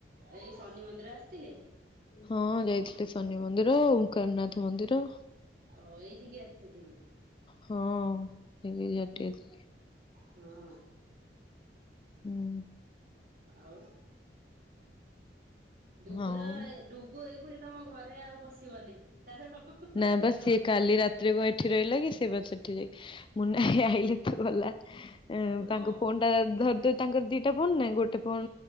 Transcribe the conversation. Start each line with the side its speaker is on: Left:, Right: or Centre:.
Right: ଏଇ ଶନି ମନ୍ଦିର ଆସିଥିଲେ।
Left: ହଁ ଯାଇଥିଲେ ଶନି ମନ୍ଦିର ଓଙ୍କାରନାଥ ମନ୍ଦିର।
Right: ଓ ଏଇଠିକି ଆସିିଥିଲି।
Left: ହଁ। ଏଇଆଡେ ଟିକେ।
Right: ହଁ।
Left: ହୁଁ।
Right: ଆଉ। ଡୁଗୁର
Left: ଆଉ
Right: ଡୁଗୁ ଏଇ ଖୁଣି ତମ ଘରେ ଆଉ ପଶିବନି। ତାର
Left: ନା ବା ସିଏ
Right: ରଜ।
Left: କାଲି ରାତିରେ ଏଠି ରହିଲା କି ସେ ବା ସେଠି ଯାଇ ମୁନା ଭାଇ ଆଇଲେ। ଗଲା
Right: ହଁ
Left: ତାଙ୍କ
Right: ହୁଁ।
Left: ଫୋନ୍ ଟା ଧରିଦ ତାଙ୍କର ଦିଟା ଫୋନ ନା ଗୋ ଟେ ଫୋନ
Right: ହଁ